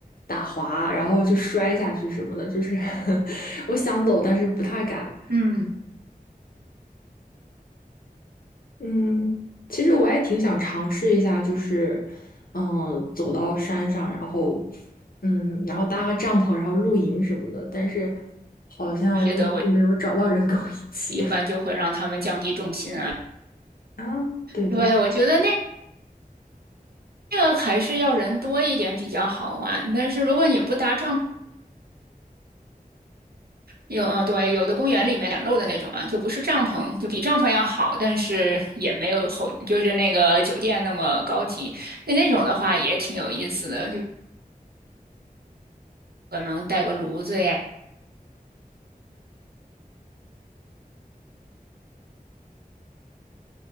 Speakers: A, on the left; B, on the right.
A: 打滑，然后就摔下去什么的。就是 <laughs> 我想走，但是不太敢。
B: 嗯，
A: 嗯，其实我也挺想尝试一下，就是嗯，走到山上，然后嗯，然后搭个帐篷，然后露营什么的。但是好像我一直没有找到人跟我一起。
B: 觉得我一般就会让他们降低重心啊，
A: <laughs> 啊，对对
B: 对，我觉得那。这个还是要人多一点比较好玩，但是如果你不搭帐有嗯，对，有的公园里面展露的那种啊，就不是帐篷，就比帐篷要好，但是也没有后，就是那个酒店那么高级。那那种的话也挺有意思的，就可能带个炉子呀，